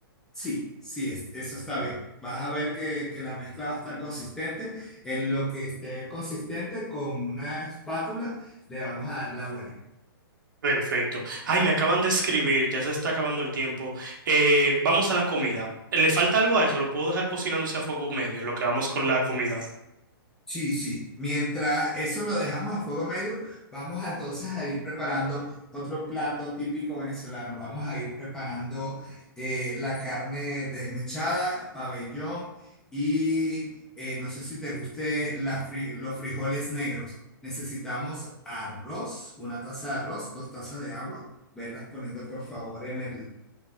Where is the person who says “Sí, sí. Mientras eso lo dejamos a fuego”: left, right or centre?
Centre